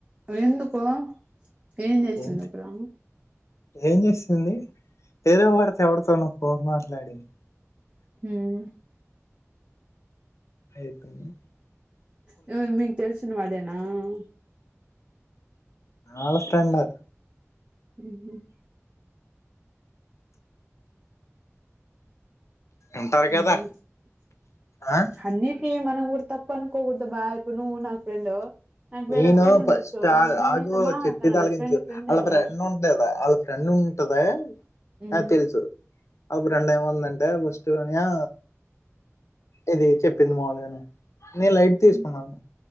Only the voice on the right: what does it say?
ఎందుకో ఏం చేసింది
ఆ పిల్ల
హమ్
ఇతను మీకు తెల్సిన వాడేనా అమ్
ఉహుమ్
ఉమ్అన్ని
మనం కూడా తప్ప అనుకోకూడదు బా ఇప్పుడు నువ్వు నా ఫ్రెండ్ నాకు
వేరే ఫ్రెండ్ ఉండొచ్చు
నేను
నీతో మాట్లాడతాను
కదా ఫ్రెండ్ ఫ్రెండే
కదా
ఉమ్
ఉమ్